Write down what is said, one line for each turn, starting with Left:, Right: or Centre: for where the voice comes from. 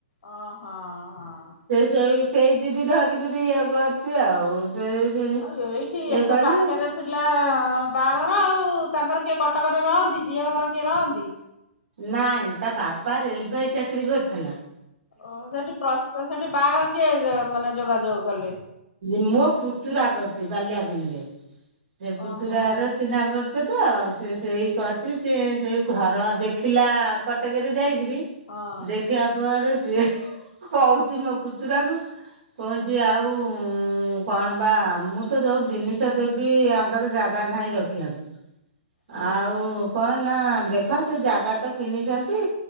Left: ଓ ହ ହଁ।
Right: ସେଇ ସେଇ ଯିଦି ଧରିକିରି ଇଏ କରିୁଚି ଆଉ। ସେ ଇଏ
Left: ଆଲୋ ଏଇଠି ଏତେ
Right: କରି
Left: ପାଖରେ ଥିଲା। ହଁ ବାହାଘର ଆଉ ତାଙ୍କର କିଏ କଟକରେ ରହନ୍ତି। ଝିଅ ଘର କିଏ ରହନ୍ତି?
Right: ନାଇଁ ତା ବାପା ରେଲବାଇ ଚାକିରି କରିୁଥିଲା।
Left: ଓହୋ ସେଠି ପ୍ରସ୍ତ ସେଠି ବାହାଘର କିଏ ମାନେ ଯୋଗାଯୋଗ କଲେ
Right: ମୋ ପୁତୁରା କରିଚି ବାଲିୟାପାଣିରେ। ସେ ପୁତୁରାର
Left: ଓହୋ
Right: ଚିହ୍ନାପଚ ଚ, ତ ସେ ସେଇ କରିଛି, ସେ ସେଇ ଘର ଦେଖିଲା କଟକରେ ଯାଇକିରି,
Left: ହଁ
Right: ଦେଖିବା ପରେ ସେ ସିଏ କହୁଛି ମୋ ପୁତୁରାକୁ, କହୁ ଯେ ଆଉ, କଣ ବା, ମୁଁ ତ ଯେଉଁ ଜିନିଷ ଦେବି, ଆଙ୍କର ଜାଗା ନାହିଁ ରଖିବାକୁ।
Left: ହୁଁ
Right: ଆଉ, କଣ ନା ଦେଖ ସେ ଜାଗା ତ କିଣିଛନ୍ତି।